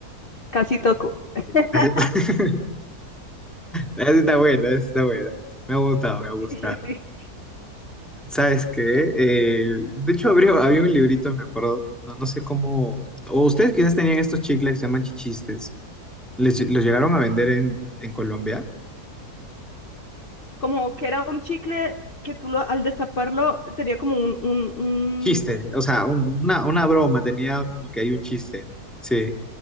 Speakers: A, on the left; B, in the centre.
A: casi tocó. <laughs>
B: Así está. <laughs> Esa sí está buena, esa sí está buena. Me ha gustado, me ha gustado.
A: Sí, sí.
B: ¿Sabes qué? Eh, de hecho, abrió, había un librito, me acuerdo, no, no sé cómo... O ustedes quizás tenían estos chicles que se llaman chichistes. ¿Les, los llegaron a vender en, en Colombia?
A: Como que era un chicle que tú lo, al destaparlo tenía como un, un, un...
B: Chiste, o sea, un- una, una broma, tenía como que hay un chiste. Sí.